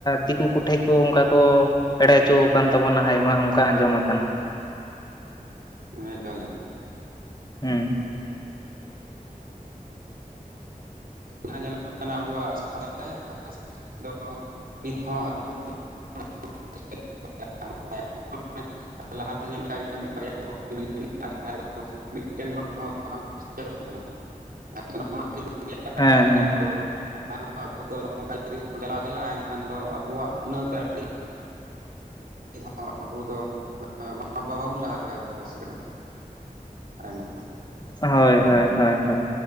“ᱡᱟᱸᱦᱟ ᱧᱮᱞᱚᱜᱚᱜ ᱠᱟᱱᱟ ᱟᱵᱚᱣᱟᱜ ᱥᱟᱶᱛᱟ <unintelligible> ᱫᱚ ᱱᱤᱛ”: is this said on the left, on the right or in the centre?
Right